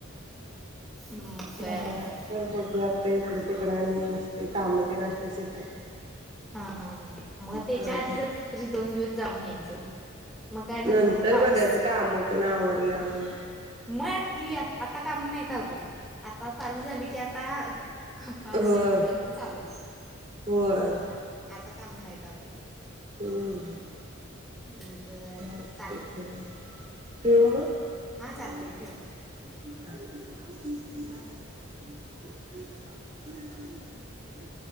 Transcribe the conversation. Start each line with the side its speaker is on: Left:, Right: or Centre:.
Centre: हम्म, बर
Right: ह
Centre: बर
Right: बघू आता इकड तिकड आणि असतय काम तेन असत्यात शेताची
Centre: हा हा हा मग त्याच्या
Right: होय
Centre: आधी जर कुठ तरी दोन दिवस जाऊन यायचं मग काय नंतरन
Right: नंतर
Centre: पाऊस
Right: बघायचं काम तेन आवरल्यावर
Centre: म कुठली आ आता काम नाहीत आता चालू झाली की पा पाऊस
Right: होय
Centre: आपपर्यंत चालूच
Right: होय
Centre: आता काम नाहीवरून
Right: हम हो
Centre: बरं बर चाल हा चालतंय ठेव.
Right: ह